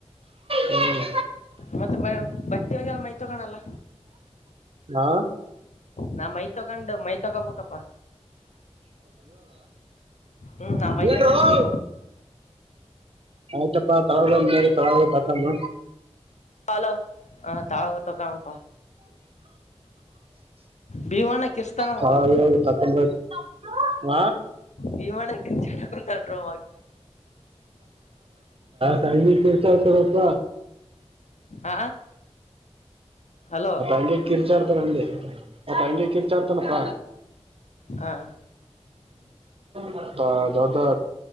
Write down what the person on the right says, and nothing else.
ಹ್ಮ್
ಹಾ
ಇವಾಗ
ಆಯ್ತಪ್ಪ ತೇ
ತತಕಮ್ಮ
ತಾವ ತಕೊಂಡ ನ ಹಾ ಹಾ
ಸ <unintelligible> <unintelligible> ಸಪ್ಪ
ಮತ್ತ ಹಂಗೆ ಕಿರ್ಚಾಡ್ತಾರಲ್ಲಿ ಮತ್ತ ಹಂಗೆ ಕಿರ್ಚಾಡ್ತಾನಪ್ಪ
ಹ ದಾದಾ